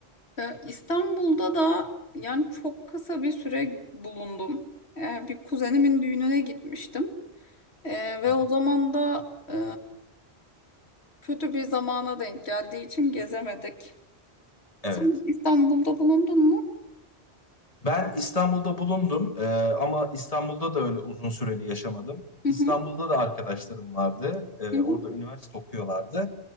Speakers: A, on the left; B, on the left.
A: E, İstanbul'da da yani çok kısa bir süre bulundum. E, bir kuzenimin düğününe gitmiştim. E, ve
B: Evet.
A: o zaman da e, kötü bir zamana denk geldiği için gezemedik.
B: Evet.
A: Sen İstanbul'da bulundun mu?
B: Ben İstanbul'da bulundum e, ama İstanbul'da da öyle uzun süreli yaşamadım.
A: Hı
B: İstanbul'da
A: hı,
B: da arkadaşlarım vardı. E,
A: hı hı,
B: orada üniversite okuyorlardı.